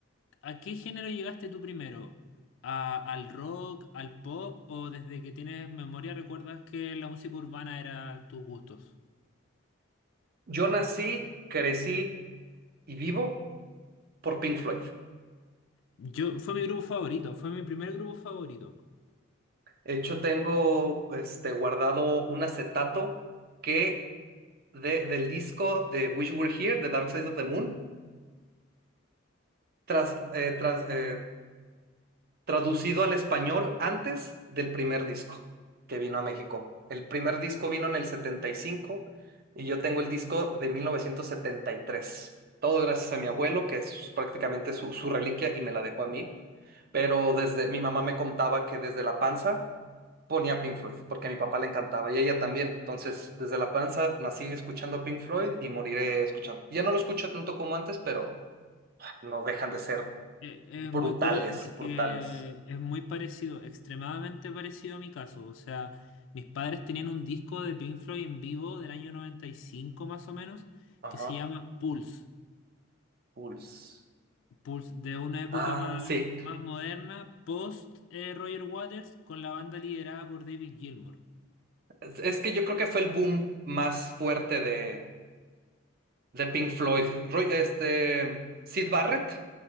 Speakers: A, on the left; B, on the right.
A: ¿A qué género llegaste tú primero? ¿A- al rock, al pop o desde que tienes memoria recuerdas que la música urbana era tus gustos?
B: yo nací, crecí y vivo por Pink Floyd.
A: Yo, fue mi grupo favorito, fue mi primer grupo favorito.
B: De hecho, tengo este, guardado un acetato que de- del disco de Wish You Were Here, de Dark Side of the Moon, tras, eh, tras- eh, traducido al español antes del primer disco que vino a México. El primer disco vino en el 75 y cinco y yo tengo el disco de 1973. Todo gracias a mi abuelo, que es prácticamente su, su reliquia y me la dejó a mí. Pero desde mi mamá me contaba que desde la panza ponía Pink Floyd, porque a mi papá le encantaba y a ella también. Entonces, desde la panza nací escuchando Pink Floyd y moriré escuchando. Ya no lo escucho tanto como antes, pero no dejan de ser
A: Eh, Es
B: brutales,
A: muy curioso porque
B: brutales.
A: es muy parecido, extremadamente parecido a mi caso. O sea, mis padres tenían un disco de Pink Floyd en vivo del año 95 más o menos
B: Ajá.
A: que se llama Pulse.
B: Pulse.
A: Pulse de una época
B: Ah,
A: más,
B: sí.
A: más moderna, post eh, Roger Waters, con la banda liderada por David Gilmour.
B: Es, es que yo creo que fue el boom más fuerte de, de Pink Floyd. Roy- este, Sid Barrett.